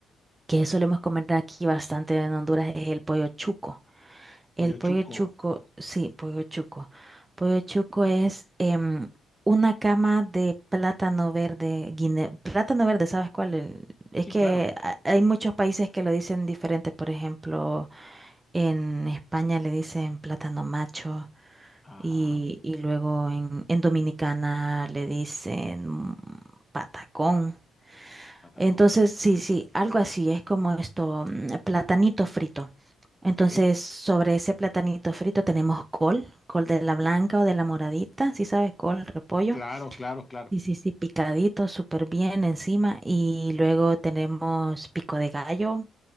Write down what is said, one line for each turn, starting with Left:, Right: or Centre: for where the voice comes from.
Right: que solemos comer aquí bastante en Honduras es el pollo chuco.
Left: Pollo
Right: El pollo
Left: chuco.
Right: chuco, sí, pollo chuco. Pollo chuco es em, una cama de plátano verde, guine- plátano verde, ¿sabes cuál? El- es
Left: Sí,
Right: que
Left: claro.
Right: ha- hay muchos países que lo dicen diferente. Por ejemplo, en España le dicen plátano macho
Left: Ajá.
Right: y, y luego en, en Dominicana le dicen mm, patacón.
Left: Patacón.
Right: Entonces,
Left: Ok.
Right: sí, sí, algo así, es como esto, mm, platanito frito. Entonces,
Left: Ok.
Right: sobre ese platanito frito tenemos col, col de la blanca o de la moradita, si sabes, col, repollo.
Left: Claro, claro, claro.
Right: Sí, sí, sí, picadito, súper bien encima. Y luego tenemos pico de gallo,